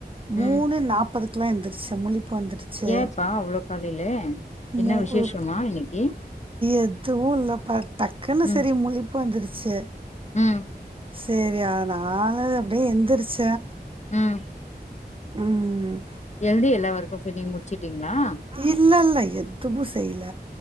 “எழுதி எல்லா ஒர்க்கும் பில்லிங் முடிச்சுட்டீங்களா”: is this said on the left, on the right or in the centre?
Left